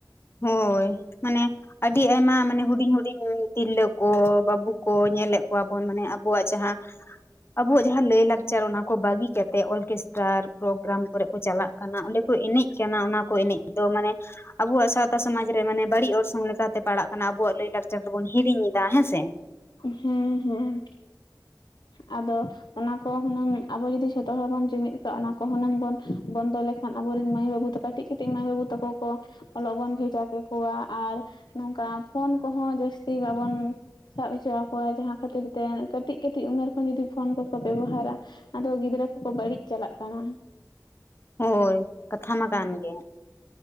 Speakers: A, on the left; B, on the left.
A: ᱦᱳᱭ ᱢᱟᱱᱮ᱾ ᱟᱹᱰᱤ ᱟᱭᱢᱟ ᱢᱟᱱᱮ ᱦᱩᱸᱰᱤᱧ ᱦᱩᱸᱰᱤᱧ ᱛᱤᱨᱞᱟᱹ ᱠᱚ ᱵᱟᱹᱵᱩ ᱠᱚ ᱧᱮᱞᱮᱫ ᱠᱚᱣᱟ ᱵᱚᱱ, ᱢᱟᱱᱮ ᱟᱵᱚᱣᱟᱜ ᱡᱟᱦᱟᱸ ᱟᱵᱚᱣᱟᱜ ᱡᱟᱦᱟᱸ ᱞᱟᱹᱭ ᱞᱟᱠᱪᱟᱨ ᱚᱱᱟ ᱠᱚ ᱵᱟᱹᱜᱤ ᱠᱟᱛᱮ ᱚᱨᱠᱮᱥᱴᱟᱨ ᱯᱨᱳᱜᱨᱟᱢ, ᱠᱚᱨᱮ ᱠᱚ ᱪᱟᱞᱟᱜ ᱠᱟᱱᱟ ᱚᱸᱰᱮ ᱠᱚ ᱮᱱᱮᱡ ᱠᱟᱱᱟ᱾ᱚᱱᱟ ᱠᱚ ᱮᱱᱮᱡ ᱫᱚ ᱢᱟᱱᱮ ᱟᱵᱚ ᱣᱟᱜ ᱥᱟᱶᱛᱼᱼ ᱥᱚᱢᱟᱡᱽ ᱨᱮ ᱢᱟᱱᱮ ᱵᱟᱹᱲᱤᱡ ᱚᱨᱥᱚᱝ ᱞᱮᱠᱟᱛᱮ ᱯᱟᱲᱟᱜ ᱠᱟᱱᱟ ᱟᱵᱚᱣᱟᱜ ᱞᱟᱹᱭ ᱞᱟᱠᱪᱟᱨ ᱫᱚᱵᱚᱱ ᱦᱤᱲᱤᱧ ᱮᱫᱟ ᱦᱮᱸ ᱥᱮ᱾
B: ᱦᱮᱸ ᱦᱮᱸ ᱟᱫᱚ ᱚᱱᱟ ᱠᱚ ᱦᱩᱱᱟᱹᱝ ᱟᱵᱚ ᱡᱩᱫᱤ ᱡᱷᱚᱛᱚ ᱦᱚᱲ ᱵᱚᱱ ᱡᱩᱢᱤᱫ ᱠᱚᱣᱟ ᱚᱱᱟ ᱠᱚ ᱦᱩᱱᱟᱹᱝ ᱵᱚᱱ ᱵᱚᱱᱫᱚ ᱞᱮᱠᱷᱼᱼ ᱟᱱ ᱟᱵᱚᱨᱮᱱ ᱢᱟᱹᱭ ᱵᱟᱹᱵᱩ ᱛᱟᱠᱚ ᱠᱟᱹᱴᱤᱡ ᱠᱟᱹᱴᱤᱡ ᱢᱟᱹᱭ ᱵᱵᱩ ᱛᱟᱠᱚᱼᱼ ᱚᱞᱚᱜ ᱵᱚᱱ ᱵᱷᱮᱡᱟ ᱠᱮᱠᱚᱣᱟ ᱟᱨ ᱱᱚᱝᱠᱟ ᱯᱷᱳᱱ ᱠᱚᱦᱚᱸ ᱡᱟᱹᱥᱛᱤ ᱵᱟᱵᱚᱱᱼᱼ ᱥᱟᱵ ᱦᱚᱪᱚ ᱟᱠᱚᱣᱟ ᱡᱟᱦᱟᱸ ᱠᱷᱟᱹᱛᱤᱨ ᱛᱮ ᱠᱟᱹᱴᱤᱡ ᱠᱟᱹᱴᱤᱡ ᱩᱢᱮᱨᱼᱼ ᱠᱷᱚᱱ ᱡᱩᱫᱤ ᱯᱷᱳᱱ ᱠᱚᱠᱚ ᱵᱮᱵᱚᱦᱟᱨᱟ ᱟᱫᱚ ᱜᱤᱫᱽᱨᱟᱹ ᱠᱚᱠᱚ ᱵᱟᱹᱲᱤᱡ ᱪᱟᱞᱟᱜ ᱠᱟᱱᱟ᱾
A: ᱦᱳᱭ ᱠᱟᱛᱷᱟ ᱢᱟ ᱠᱟᱱ ᱜᱮ᱾